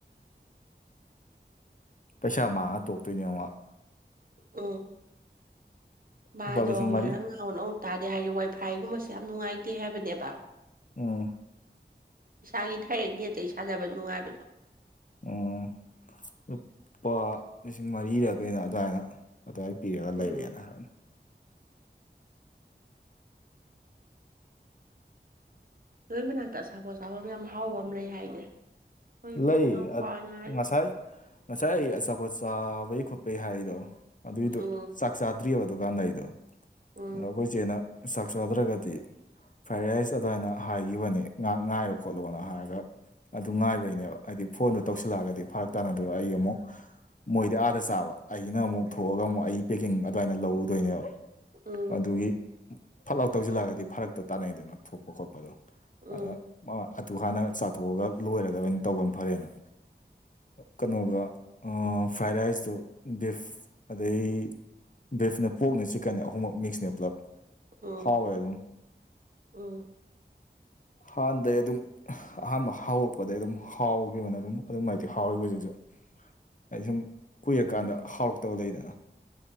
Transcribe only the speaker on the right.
ꯑ ꯃꯥꯗꯣ
ꯃꯥꯅ ꯉꯥꯡꯕꯗꯣ ꯑꯃꯣꯛ ꯇꯥꯗꯦ ꯍꯥꯏꯗꯣ ꯋꯥꯏ ꯐꯥꯏꯒꯨꯝꯕꯁꯦ ꯌꯥꯝ ꯅꯨꯡꯉꯥꯏꯇꯦ ꯍꯥꯏꯕꯅꯦꯕ
ꯏꯁꯥꯒꯤ ꯗꯥꯏꯔꯦꯛ ꯅꯦꯠꯇꯩ ꯁꯥꯟꯅꯕꯅ ꯅꯨꯡꯉꯥꯏꯕꯗꯣ
ꯎꯝ
ꯅꯣꯏ ꯃꯅꯥꯛꯇ ꯑꯆꯥꯥꯄꯣꯠ ꯆꯥꯐꯝ ꯌꯥꯝ ꯍꯥꯎꯕ ꯑꯃ ꯂꯩ ꯍꯥꯏꯅꯦ ꯑꯩꯈꯣꯏ
ꯏꯅꯥꯎꯄꯥ ꯍꯣꯏꯅ ꯍꯥꯏꯔꯤ
ꯎꯝ
ꯎꯝ
ꯎꯝ
ꯎꯝ
ꯎꯝ
ꯎꯝ